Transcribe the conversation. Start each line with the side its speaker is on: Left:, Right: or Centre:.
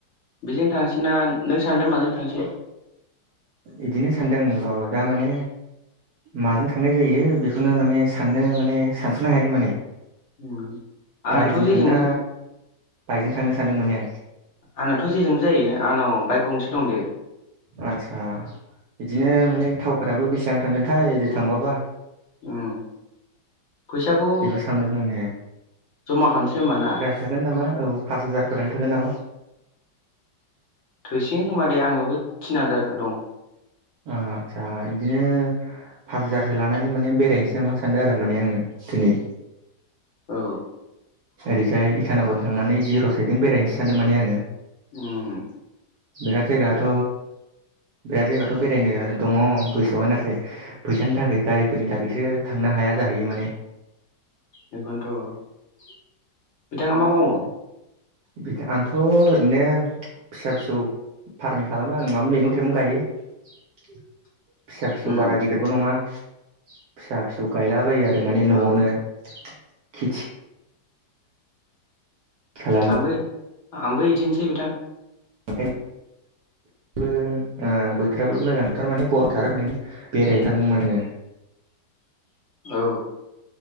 Left: बेजोंनो थांसै ना नों सानदों माजों थांसै?
Right: इदिनो सान्दों र दा माने माजों थांनाय जायो बेखौनो माने साननो माने सानस'नो हायाखै माने
Left: उम आंनाथ'
Right: गारिजों
Left: जेजोंबो
Right: थांनोना बाइकजों थांनो सानदों माने आं।
Left: आंनाथ जेजोंबो जायो आंनाव बाइक गंसे दं दे।
Right: आतसा बिदिनो माने थावफोराबो बेसां थांगोन थाय ओरै थांबाबा
Left: उम फैसाखौ
Right: बेखौ सानहरदों माने
Left: जमा खामसै होमबा ना?
Right: थोगोन नामा औ पास हाजारफोरानो थोगोन नामा
Left: थोसिगोन खोमा दे आंनावबो थिन हाजार दं।
Right: ओ आतसा इदिनो पास हाजारसो लानानै माने बेरायनोसै नामा सानदों आरो माने आङो दिनै।
Left: औ।
Right: ओरैजाय इटानगर थांनानै जिर' साइदजों बेरायनोसै सानदों माने आङो।
Left: उम।
Right: बिराद जायगाथ' बिराद जायगाथ' बेरायनो दङ गोसोआव नाथाय फैसानि थाखै गारिफोरनि थाखैसो थांनो हाया जाहैयो माने।
Left: बेखौनोथ' बिथाङा मा मावो?
Right: बिख आंथ' ओरैनो फिसा फिसौ फारमिं खालामो आं माबा मैगं थाइगं गायो। फिसा फिसौ
Left: उम
Right: बारा गिदिरबो नङा फिसा फिसौ गायलाबायो आरो माने न'आव
Left: औ
Right: नो खेथि खालामो
Left: आंबो इदिनोसै बिथां।
Right: ओंखायनोबो ओ बोथोराबो मोजां थारमाने गरमथार ओंखायनो बेरायनो थादों नामा नोङोबो।
Left: औ